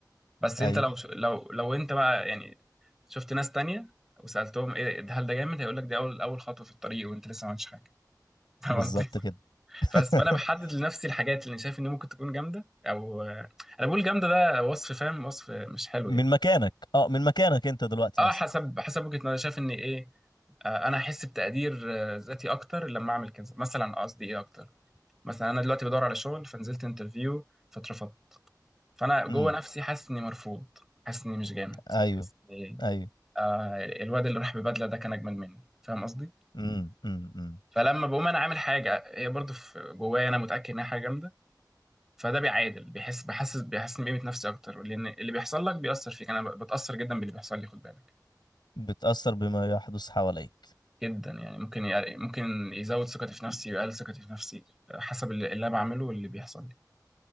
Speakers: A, in the centre; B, on the left.
A: بس
B: ايوه
A: انت لو لو لو انت بقى يعني شفت ناس تانية وسالتهم ايه ده- هل ده جامد هيقول لك دي اول اول خطوه في الطريق وانت لسه ما عملتش حاجه <laughs> فاهم
B: بالظبط
A: قصدي؟
B: كده <laughs>
A: بس فانا بحدد لنفسي الحاجات اللي أنا شايف ان ممكن تكون جامده او انا بقول جامده ده وصف فاهم وصف مش حلو
B: من
A: يعني
B: مكانك اه من مكانك انت دلوقتي
A: اه
B: مثلا
A: حسب حسب وجهة نظري أنا شايف ان ايه آه، انا هحس بتقدير آه، ذاتي اكتر لما اعمل كذا مثلا آه، قصدي ايه اكتر مثلا انا دلوقتي بدور على شغل فنزلت انترفيو فاترفضت فانا جوه
B: امم
A: نفسي حاسس اني مرفوض حاسس اني مش جامد
B: ايوه
A: حاسس اني إيه؟
B: ايوه
A: آه الواد اللي راح ببدله ده كان اجمد مني فاهم قصدي
B: امم امم أمم.
A: فلما بقوم انا عامل حاجه هي برضو في جوايا انا متاكد انها حاجه جامده فده بيعادل بيحس بحسس بيحسسني بقيمه نفسي اكتر لان اللي بيحصل لك بيأثر فيك انا ب- بتأثر جدا باللي بيحصل لي خد بالك
B: بتأثر بما يحدث حواليك
A: جدا يعني ممكن يق- ممكن يزود ثقتي في نفسي ويقلل ثقتي في نفسي حسب اللي, اللي انا بعمله واللي بيحصل لي